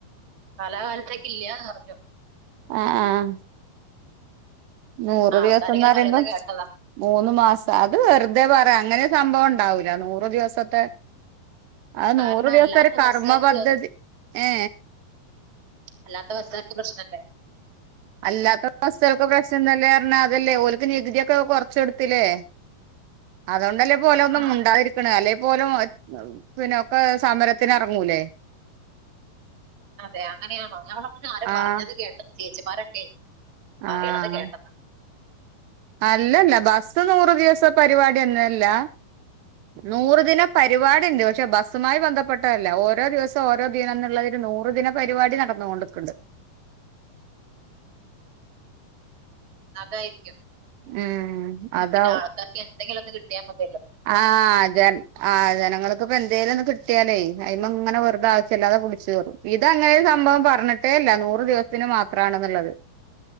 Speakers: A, on the right (about 25°); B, on the right (about 80°).
A: കാലാകാലത്തേക്ക് ഇല്യായന്ന് പറഞ്ഞു.
B: ആ ആഹ് നൂറ്
A: ആ ആൾക്കാരിങ്ങനെ
B: ദിവസന്ന് പറയുമ്പോ
A: പറയുന്നത് കേട്ടതാ
B: മൂന്ന് മാസം
A: ഉം.
B: അത് വെറുതെ പറ- അങ്ങനെ സംഭവം ഉണ്ടാവൂല നൂറ് ദിവസത്തെ അത്
A: കാരണം
B: നൂറ് ദിവസത്തെ
A: അല്ലാത്ത
B: ഒരു കർമ്മ
A: ബസ്സുകാർക്ക്
B: പദ്ധതി ഏ
A: അല്ലാത്ത ബസ്സുകൾക്ക് പ്രശ്നല്ലേ?
B: അല്ലാത്ത ബസ്സുകൾക്ക് പ്രശ്നംന്നല്ല പറഞ്ഞ അതല്ലേ ഓക്ക് നികുതിയൊക്കെ കൊറച്ച കൊടുത്ത ത്തില്ലേ അതുകൊണ്ടല്ലേ ഓല് ഒന്നും
A: ആ
B: മുണ്ടാതിരിക്കണ അല്ലെ? പോലും പിന്നെക്കെ സമരത്തിന് ഇറങ്ങൂലേ?
A: അതെ അങ്ങനെയാണോ ഞങ്ങളെക്കെ ആരോ
B: ആഹ്
A: പറഞ്ഞത് കേട്ടത് ചേച്ചിമാരൊക്കെ പറയണത്
B: ആഹ്
A: കേട്ടതാ.
B: അല്ലല്ല ബസ് നൂറ് ദിവസ പരിപാടി ഒന്നുല്ല. നൂറു ദിന പരിപാടി ഉണ്ട്. പക്ഷെ ബസ്സുമായി ബന്ധപ്പെട്ടതല്ല ഓരോ ദിവസം ഓരോ ദിനം <unintelligible> നൂറ് ദിന പരിപാടി നടന്നുകൊണ്ടിക്കുന്നുണ്ട്
A: അതായിരിക്കും
B: ഉം അതാ
A: പിന്നെ ആൾക്കാർക്ക് എന്തെങ്കിലും ഒന്ന് കിട്ടിയാ മതി.
B: ആഹ് ജൻ ആഹ് ജനങ്ങൾക്ക് ഇപ്പോ എന്തേലും ഒന്ന് കിട്ടിയാലേ അയ്‌മെ ഇങ്ങനെ വെറുതെ ആവശ്യല്ലാതെ പിടിച്ചു കേറും ഇത് അങ്ങനെ സംഭവം പറഞ്ഞിട്ടേ ഇല്ല നൂറ് ദിവസത്തിന് മാത്രാണ് ന്ന്ള്ളത്